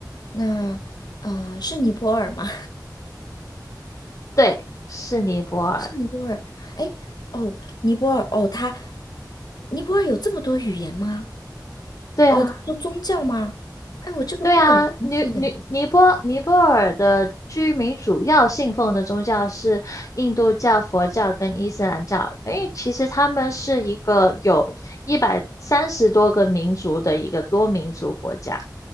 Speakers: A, on the left (about 65°); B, on the left (about 50°).
A: 那呃，是尼泊尔吗？
B: 对，是尼泊尔。
A: 是尼泊尔，哎，哦，尼泊尔，哦，它，尼泊尔有这么多语言吗？
B: 对啊，
A: 哦，有宗教吗？哎，我这个不敢相信哎。
B: 对啊，尼尼尼泊尼泊尔的居民主要信奉的宗教是印度教、佛教跟伊斯兰教，因为其实他们是一个有一百三十多个民族的一个多民族国家。